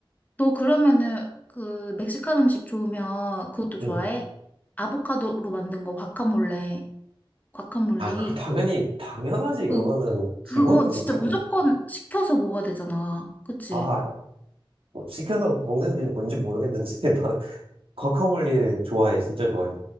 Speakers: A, on the left; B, on the right.
A: 너 그러면은 그 멕시칸 음식 좋으면 그것도 좋아해?
B: 응.
A: 아보카도로 만든 거 과카몰레, 과카몰리.
B: 아, 그 당연히
A: 그
B: 당연하지 그거는
A: 그
B: 기본이지
A: 그거 진짜
B: 기본.
A: 무조건 시켜서 먹어야 되잖아. 그치?
B: 아, 뭐 시켜서 먹는지 뭔지 모르겠는데 <laughs> 나는 과카몰리 좋아해, 진짜 좋아해.